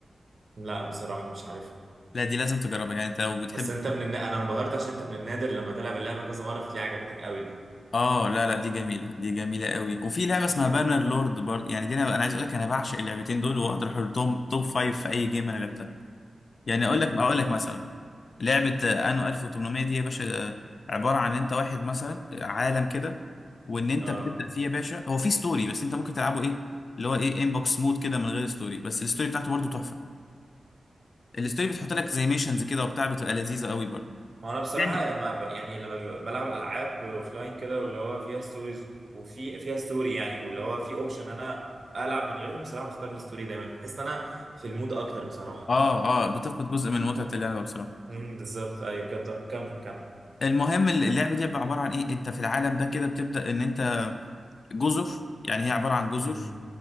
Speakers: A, on the right (about 55°); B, on the left (about 65°).
A: لا بصراحه مش عارف
B: لا دي لازم تجربها يعني انت لو بتحب
A: بس انت من النا... انا انبهرت عشان انت من النادر لما تلعب اللعبه كذا مره بتلاقي عجبتك قوي دي
B: اه لا لا دي جميلة دي جميلة قوي وفي لعبة اسمها بانر لورد برضه يعني دي انا انا عايز اقول لك انا بعشق اللعبتين دول واقدر احطهم توب فايف في اي جيم انا لعبتها يعني
A: م-
B: اقول لك
A: م.
B: اقول لك مثلا لعبة آه، انو 1800 دي يا باشا آه، عبارة عن انت واحد مثلا آه، عالم كده وان انت
A: اه
B: بتبدأ فيه يا باشا هو في ستوري بس انت ممكن تلعبه ايه اللي هو ايه انبوكس مود كده من غير ستوري بس الستوري بتاعته برضه تحفة الستوري بتحط لك زي ميشنز كده وبتاع بتبقى لذيذة قوي برضه
A: وانا بصراحه
B: يعني
A: لما ب... يعني لما بيبقى بلعب العاب اوفلاين كده واللي هو فيها ستوريز وفي فيها ستوري يعني واللي هو في اوبشن انا العب من غيره بصراحه بختار الستوري دايما بحس ان انا في المود اكتر بصراحه
B: اه اه بتفقد جزء من متعة اللعبة بصراحة
A: امم بالظبط ايوه كده طب كمل كمل
B: المهم اللعبة دي عبارة عن ايه انت في العالم ده كده بتبدأ ان انت جزر يعني هي عبارة عن جزر
A: امم